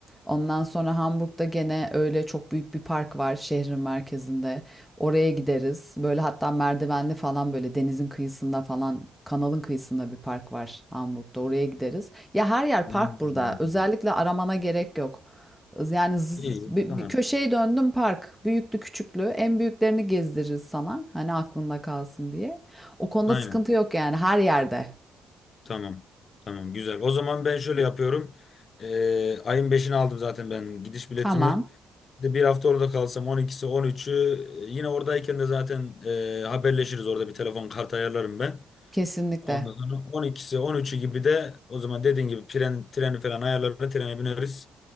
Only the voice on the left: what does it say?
Hmm.
İyi,
tamam.
Aynen.
Tamam. Tamam, güzel. O zaman ben şöyle yapıyorum. Ee, ayın beşini aldım zaten ben gidiş biletimi.
Bir De bir hafta orada kalsam 12'si 13'ü e, yine oradayken de zaten e, haberleşiriz orada bir telefon kart ayarlarım ben.
Ondan sonra on ikisi on üçü gibi de o zaman dediğin gibi tren, treni falan ayarlarız. Trene bineriz.